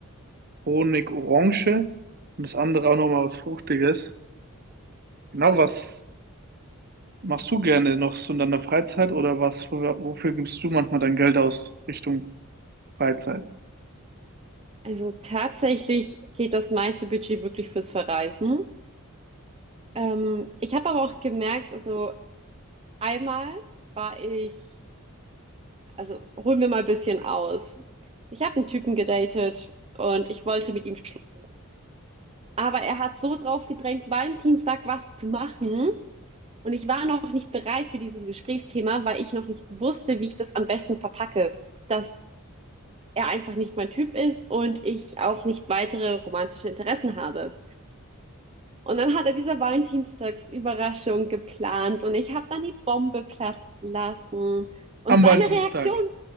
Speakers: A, on the right; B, on the right.
A: Honig-Orange und das andere auch noch mal was Fruchtiges. Genau was Machst du gerne noch so in deiner Freizeit oder was? Wofür, wofür gibst du manchmal dein Geld aus Richtung Freizeit?
B: Also tatsächlich geht das meiste Budget wirklich fürs Verreisen. Ähm, ich habe aber auch gemerkt, also einmal war ich, also holen wir mal ein bisschen aus. Ich habe einen Typen gedatet und ich wollte mit ihm schlafen. Aber er hat so drauf gedrängt, Valentinstag was zu machen. Und ich war noch nicht bereit für dieses Gesprächsthema, weil ich noch nicht wusste, wie ich das am besten verpacke. Dass er einfach nicht mein Typ ist und ich auch nicht weitere romantische Interessen habe. Und dann hat er diese Valentinstagsüberraschung geplant und ich habe dann die Bombe platzen lassen. Und
A: Am
B: seine
A: Valentinstag.
B: Reaktion,